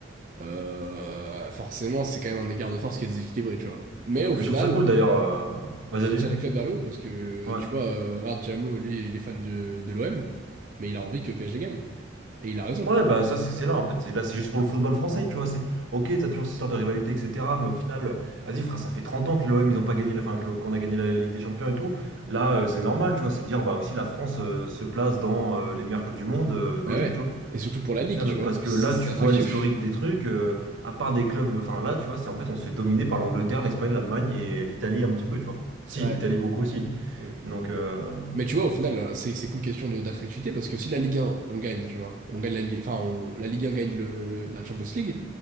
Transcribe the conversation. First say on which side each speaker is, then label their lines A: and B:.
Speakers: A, on the right; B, on the right.
A: euh, forcément, c'est quand même un écart de force qui est déséquilibré, tu vois. Mais
B: Donc,
A: au final,
B: et je trouve ça cool d'ailleurs. euh, Vas-y,
A: ça
B: vas-y.
A: tire les clubs vers le haut parce que,
B: Ouais.
A: tu vois, euh, regarde, Diamo, lui, il est fan de, de l'OM, mais il a envie que PSG gagne. Et il a raison.
B: Ouais, bah ça, c'est c'est là en fait. C'est- Là, c'est juste pour le football français, tu vois. C'est ok, t'as toujours cette histoire de rivalité, etc. Mais au final, euh, vas-y, frère, ça fait 30 ans que l'OM, ils ont pas gagné, la... enfin, que- qu'on a gagné la Ligue des Champions et tout. Là, euh, c'est normal, tu vois. C'est de dire, bah aussi, la France euh, se place dans euh, les meilleurs clubs du monde, euh, logique,
A: Bah ouais.
B: tu vois.
A: Et surtout pour la
B: Au
A: Ligue,
B: final,
A: tu vois,
B: parce que
A: c'est
B: là, tu
A: attractif.
B: vois l'historique des trucs, euh, à part des clubs, enfin là, tu vois, c'est en fait, on se fait dominer par l'Angleterre, l'Espagne, l'Allemagne et l'Italie un petit peu, tu vois. Si,
A: Ouais.
B: l'Italie beaucoup aussi.
A: Oui,
B: Donc.
A: quoi.
B: euh,
A: Mais tu vois, au final, euh, c'est c'est qu'une question de- d'attractivité parce que si la Ligue 1, on gagne, tu vois, on gagne la, Li- enfin, on- la Ligue 1 gagne le, le- la Champions League.